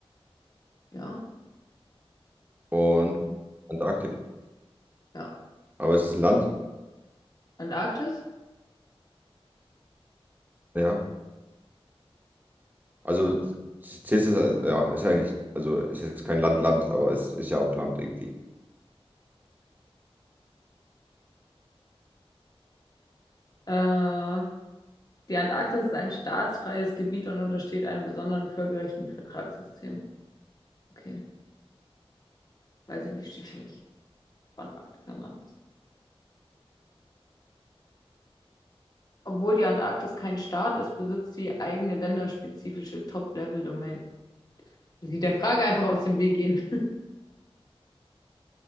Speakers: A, on the left (about 40°); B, on the right (about 15°).
A: Ja?
B: und Antarktik.
A: Ja.
B: Aber es ist ein Land,
A: Antarktis?
B: ja. Also z- zählst du es, ja, ist ja eigentlich, also es ist jetzt kein Land, Land, aber es ist ja auch Land irgendwie.
A: Äh, Die Antarktis ist ein staatsfreies Gebiet und untersteht einem besonderen völkerrechtlichen Vertragssystem. Okay, weiß ich nicht, steht hier nicht, wann Arktis ein Land ist. Obwohl die Antarktis kein Staat ist, besitzt sie eigene länderspezifische Top-Level-Domain. Sie der Frage einfach aus dem Weg gehen. <laughs>